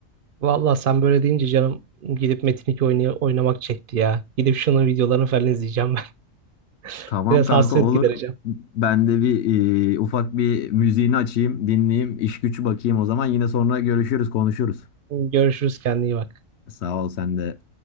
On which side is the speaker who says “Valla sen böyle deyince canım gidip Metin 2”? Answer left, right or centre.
Right